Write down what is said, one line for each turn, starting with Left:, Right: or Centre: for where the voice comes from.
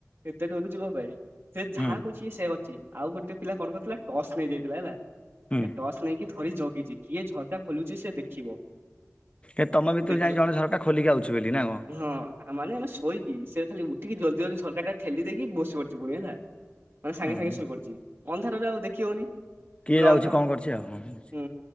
Right: ଏତେ ଡରୁଛୁ କଣ ପାଇଁ ସେ ଯାହା
Left: ହୁଁ
Right: କହୁ ସେ ଅଛି ଆଉ ଗୋଟେ ପିଲା କଣ କରୁଥିଲା ଟସ୍ ନେଇଯାଇଥିଲା ହେଲା
Left: ହୁଁ
Right: ଟସ୍ ନେଇକି ଧରି ଜଗିଛି କିଏ ଝରକା ଖୋଲୁଛି ସେ ଦେଖିବ?
Left: ଏ ତମ ଭିତରୁ
Right: ଦେଖିଲା
Left: ଯାଇଁ ଜଣେ ଝରକା ଖୋଲିକି ଆଉଛି ବୋଲି ନା କଣ?
Right: ହଁ ମାନେ ଆମେ ଶୋଇକି ସେଏ ଖାଲି ଉଠିକି ଜଲଦି ଜଲଦି ଝରକାଟା ଠେଲି ଦେଇକି ବସି ପଡିଛି ପୁଣି ହେଲା। ମାନେ ସାଙ୍ଗେ
Left: ଓହୋ
Right: ସାଙ୍ଗେ ଶୋଇପଡିଛି, ଅନ୍ଧାରରେ ଆଉ ଦେଖି ହଉନି।
Left: କିଏ
Right: ପୁରା
Left: ଯାଉଛି
Right: ଅନ୍ଧାର।
Left: କଣ କରଛି ଆଉ, ହଁ, ହଁ।
Right: ହୁଁ